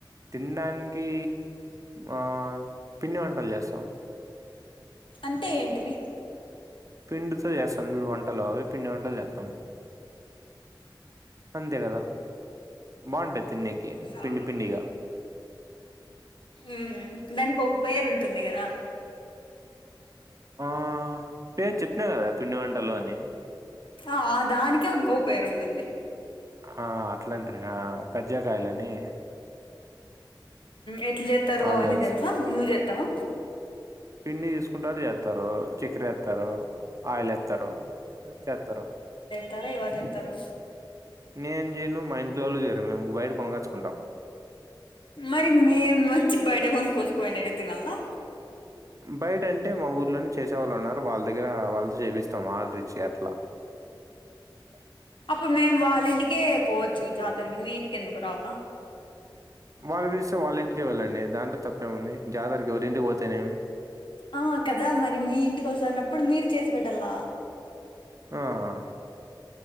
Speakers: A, on the right; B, on the left.
A: తినడానికి ఆ పిండి వంటలు చేస్తాం
B: అంటే ఏంటివి
A: పిండితో చేస్తాం చుడు వంటలు అవే పిండి వంటలు చేస్తాం అంతే కదా బావుంటయి తిన్నీకి
B: నా
A: పిండి పిండిగా
B: ఉ దానికి ఒక పేరు ఉంటుంది కదా
A: ఆ పేరు చెప్పినా కదా పిండి వంటలూ అని
B: ఆ దానికే ఇంకో పేరు ఉంటుంది
A: ఆ అట్లాంటరు కజ్జాకాయలని
B: ఎట్ల జేత్తారో
A: అవి
B: అవన్ని
A: చేస్
B: తెలుసా నువ్వు జేత్తావా
A: పిండి తీసుకుంటారు చేత్తారు చక్కెర వేత్తారు ఆయిల్ వేత్తరు చేత్తారు
B: తాలేవా ఎవర్ చేత్తారు
A: నేను చేయను మా ఇంట్లో వాళ్ళు చేయరు మేము బయట కొనగచ్చుకుంటాం
B: మరి మేమొచ్చి బయట కొని కూచకుయినిడుగు తినాలా
A: బయట అంటే మా ఊర్లోనే చేసేవాళ్ళు ఉన్నారు వాళ్ళ దగ్గర వాళ్ళతో చేపిస్తాము ఆర్డర్ ఇచ్చి అట్లా హ్మ్
B: అప్పుడ్ మేము వాళ్ళ ఇంటికే పోవచ్చు జాతరకి మీ ఇంటికి ఎందుకు రావాలా
A: వాళ్ళు పిలిస్తే వాళ్ళ ఇంటికే వెళ్ళండి దాంట్లో తప్పేంముంది జాతరకి ఎవరింటికి పోతేనేమి
B: ఆ కదా మరి మీ ఇంటికి వసున్నప్పుడు మీరు చేసి పెట్టాల
A: ఆహ